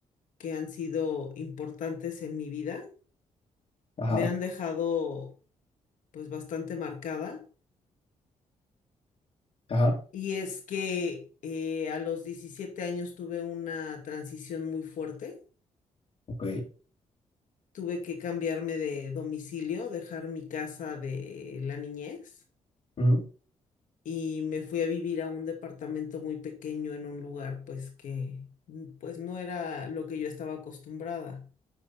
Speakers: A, on the left; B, on the left.
A: que han sido importantes en mi vida.
B: Ajá,
A: Me han dejado pues bastante marcada.
B: ajá,
A: Y es que eh, a los 17 años tuve una transición muy fuerte
B: ok.
A: tuve que cambiarme de domicilio, dejar mi casa de la niñez
B: Ujú.
A: y me fui a vivir a un departamento muy pequeño en un lugar pues que mm, pues no era lo que yo estaba acostumbrada.